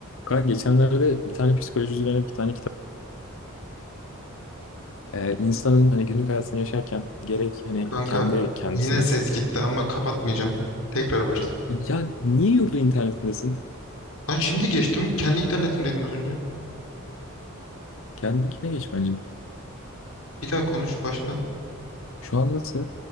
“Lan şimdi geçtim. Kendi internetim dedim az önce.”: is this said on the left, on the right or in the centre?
Left